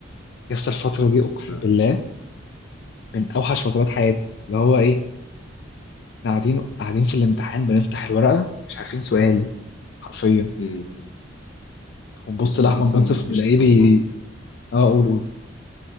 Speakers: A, on the left; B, on the left.
A: يس الفتره دي
B: بس
A: اقسم بالله من اوحش فترات حياتي اللي هو ايه احنا قاعدين قاعدين في الامتحان بنفتح الورقه مش عارفين سؤال حرفيا
B: أمم.
A: ونبص
B: بس
A: لاحمد
B: أنا اصلا
A: منصف
B: ما فيش
A: نلاقيه
B: صدمة
A: بي اه قول قول